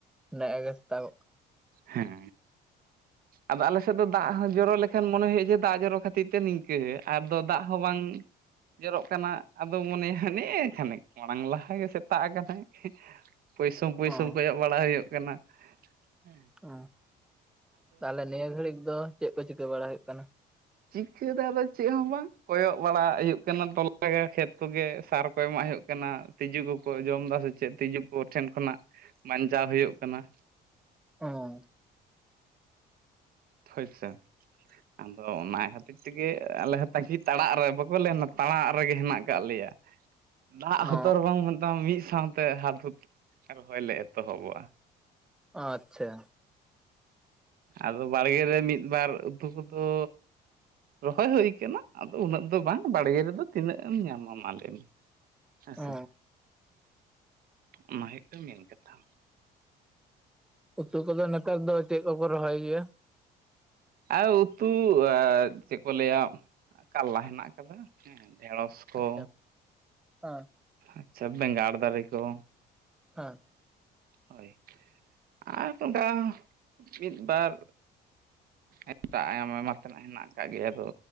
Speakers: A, in the centre; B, on the right.
A: ᱱᱮᱜᱮ ᱥᱮᱛᱟᱜ
B: ᱦᱮᱸ ᱟᱫᱚ ᱟᱞᱮ ᱥᱮᱫ ᱫᱚ ᱫᱟᱜ ᱦᱚᱸ ᱡᱚᱨᱚ ᱞᱮᱠᱟ ᱠᱷᱟᱱ ᱢᱚᱱᱮ ᱦᱩᱭᱩᱜᱼᱟ ᱫᱟᱜ ᱡᱚᱨᱚ ᱠᱷᱟᱹᱛᱤᱨ ᱛᱮ ᱱᱤᱝᱠᱟᱹ ᱟᱨᱫᱚ ᱫᱟᱜ ᱦᱚᱸ ᱵᱟᱝ ᱡᱚᱨᱚᱜ ᱠᱟᱱᱟ ᱟᱫᱚ ᱢᱚᱱᱮᱭᱟ ᱦᱟᱱᱮ ᱠᱷᱟᱱᱮᱠ ᱢᱟᱲᱟᱝ ᱞᱟᱦᱟ ᱜᱮ ᱥᱮᱛᱟᱜ ᱠᱟᱫᱟᱭ ᱯᱩᱭᱥᱩᱢ ᱯᱩᱭᱥᱩᱢ
A: ᱚ
B: ᱠᱚᱭᱚᱜ ᱵᱟᱲᱟ ᱦᱩᱭᱩᱜ ᱠᱟᱱᱟ ᱦᱮ
A: ᱚ ᱛᱟᱦᱚᱞᱮ ᱱᱤᱭᱟᱹ ᱜᱷᱟᱹᱲᱤᱡ ᱫᱚ ᱪᱮᱫ ᱠᱚ ᱪᱤᱠᱟᱹ ᱵᱟᱲᱟ ᱦᱩᱭᱩᱜ ᱠᱟᱱᱟ?
B: ᱪᱤᱠᱟᱹ ᱟᱫᱚ ᱪᱮᱫ ᱦᱚᱸ ᱵᱟᱝ ᱠᱚᱭᱚᱜ ᱵᱟᱲᱟ ᱦᱩᱭᱩᱜ ᱠᱟᱱᱟ ᱛᱚᱞᱟ ᱜᱮ ᱠᱷᱮᱛ ᱠᱚᱜᱮ ᱥᱟᱨ ᱠᱚ ᱮᱢᱟᱜ ᱦᱩᱭᱩᱜ ᱠᱟᱱᱟ ᱛᱤᱡᱩ ᱠᱚᱠᱚ ᱡᱚᱢ ᱮᱫᱟ ᱥᱮ ᱪᱮᱫ ᱛᱤᱡᱩ ᱠᱚ ᱴᱷᱮᱱ ᱠᱷᱚᱱᱟᱜ ᱵᱟᱧᱪᱟᱣ ᱦᱩᱭᱩᱜ ᱠᱟᱱᱟ
A: ᱚ
B: ᱦᱳᱭ ᱥᱮ ᱟᱫᱚ ᱚᱱᱟ ᱠᱷᱟᱹᱛᱤᱨ ᱛᱮᱜᱮ ᱟᱞᱮ ᱦᱚᱸ ᱛᱟᱸᱜᱤ ᱛᱟᱲᱟᱜ ᱨᱮ ᱵᱟᱠᱚ ᱞᱮᱭᱟ ᱛᱟᱲᱟᱜ ᱨᱮᱜᱮ ᱦᱮᱱᱟᱜ ᱠᱟᱫ ᱞᱮᱭᱟ ᱫᱟᱜ ᱦᱚᱛᱚᱨ
A: ᱚ
B: ᱵᱚᱝ ᱢᱮᱛᱟᱢ ᱢᱤᱫ ᱥᱟᱶᱛᱮ ᱦᱟᱫ ᱦᱩᱫ ᱨᱚᱦᱚᱭ ᱞᱮ ᱮᱛᱚᱦᱚᱵᱚᱜᱼᱟ
A: ᱟᱪᱪᱷᱟ
B: ᱟᱫᱚ ᱵᱟᱲᱜᱮ ᱨᱮ ᱢᱤᱫ ᱵᱟᱨ ᱛᱩᱯᱩ ᱫᱚ ᱨᱚᱦᱚᱭ ᱦᱩᱭᱩ ᱟᱠᱟᱱᱟ ᱟᱫᱚ ᱩᱱᱟᱹᱜ ᱫᱚ ᱵᱟᱝ ᱵᱟᱲᱜᱮ ᱨᱮᱫᱚ ᱛᱤᱱᱟᱹᱜ ᱮᱢ ᱧᱟᱢᱟ ᱢᱟ ᱞᱟ. ᱭ ᱢᱮ ᱦᱮᱸ ᱥᱮ
A: ᱚ
B: ᱚᱱᱟ ᱦᱩᱭᱩᱜ ᱠᱟᱱᱟ ᱢᱮᱱ ᱠᱟᱛᱷᱟ
A: ᱩᱛᱩ ᱠᱚᱫᱚ ᱱᱮᱛᱟᱨ ᱫᱚ ᱪᱮᱫ ᱠᱚᱠᱚ ᱨᱚᱦᱚᱭ ᱜᱮᱭᱟ
B: ᱟᱨ ᱩᱛᱩ ᱪᱮᱫ ᱠᱚ ᱞᱟᱹᱭᱟ ᱠᱟᱞᱞᱟ ᱦᱮᱱᱟᱜ ᱟᱠᱟᱫᱟ ᱰᱷᱮᱸᱲᱚᱥ ᱠᱚ
A: ᱟᱪᱪᱷᱟ ᱦᱮᱸ
B: ᱟᱪᱪᱷᱟ ᱵᱮᱸᱜᱟᱲ ᱫᱟᱨᱮ ᱠᱚ
A: ᱦᱮᱸ
B: ᱦᱳᱭ ᱟᱨ ᱱᱚᱱᱠᱟ ᱢᱤᱫ ᱵᱟᱨ ᱮᱴᱟᱜ ᱟᱭᱢᱟ ᱛᱮᱱᱟᱜ ᱦᱮᱱᱟᱜ ᱠᱟᱜ ᱜᱮᱭᱟ ᱟᱫᱚ